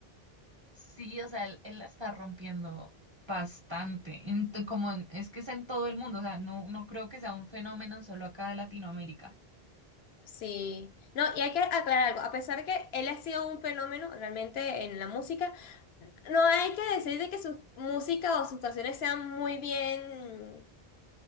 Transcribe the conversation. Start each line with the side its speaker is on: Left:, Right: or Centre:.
Right: Sí, o sea, él, él la está rompiendo bastante. En to- como en- es que es en todo el mundo, o sea, no, no creo que sea un fenómeno solo acá de Latinoamérica.
Left: Sí. No, y hay que aclarar algo. A pesar de que él ha sido un fenómeno realmente en la música, no hay que decir de que su música o sus canciones sean muy bien